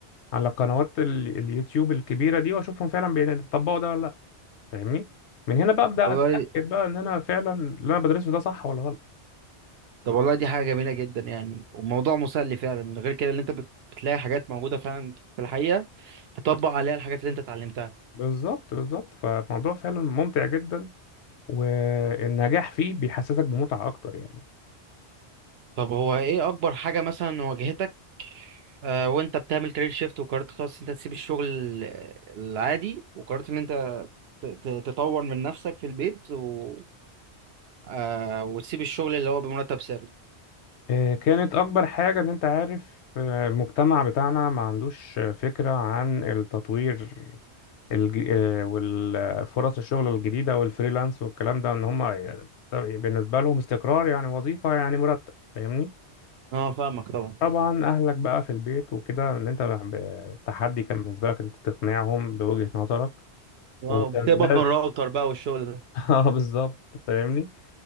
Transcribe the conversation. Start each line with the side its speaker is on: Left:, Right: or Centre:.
Left: على قنوات ال- اليوتيوب الكبيرة دي واشوفهم فعلا بيطبقوا ده ولا لا فاهمني من هنا بقى ابدا
Right: والله
Left: اتاكد بقى ان انا فعلا اللي انا بدرسه ده صح ولا غلط
Right: طب والله دي حاجة جميلة جدا يعني وموضوع مسلي فعلا غير كده اللي انت بت- بتلاقي حاجات موجودة فعلا في الحقيقة تطبق عليها الحاجات اللي انت اتعلمتها
Left: بالظبط بالظبط فالموضوع فعلا ممتع جدا والنجاح فيه بيحسسك بمتعة اكتر يعني
Right: طب هو ايه اكبر حاجة مثلا واجهتك آه وانت بتعمل كارير شيفت وقررت خلاص انت تسيب الشغل العادي وقررت ان انت ت- ت- تطور من نفسك في البيت و... آه وتسيب الشغل اللي هو بمرتب ثابت
Left: آه، كانت اكبر حاجة ان انت عارف آه، المجتمع بتاعنا ما عندوش آه، فكرة عن التطوير الج... آه، والفرص الشغل الجديدة والفريلانس والكلام ده ان هم بالنسبة لهم استقرار يعني وظيفة يعني مرتب فاهمني
Right: اه فاهمك طبعا
Left: طبعا اهلك بقى في البيت وكده ان انت ب- التحدي كان بالنسبه لك انت تقنعهم بوجهه نظرك
Right: اه
Left: وكان
Right: بتقبض
Left: لازم
Right: من الراوتر بقى والشغل ده
Left: <laughs> اه بالظبط فاهمني